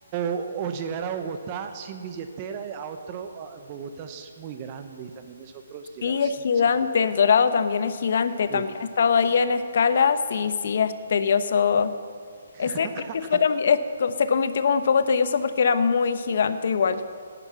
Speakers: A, on the right (about 30°); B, on the left (about 55°).
A: O, o llegar a Bogotá sin billetera, a otro, a- Bogotá es muy grande y también es otro es llegar
B: Sí, es
A: sin,
B: gigante,
A: sin billetera.
B: el dorado también es gigante,
A: Sí.
B: también he estado ahí en escalas y sí es tedioso.
A: <laughs>
B: Ese creo que fue también, es co- se convirtió como un poco tedioso porque era muy gigante igual.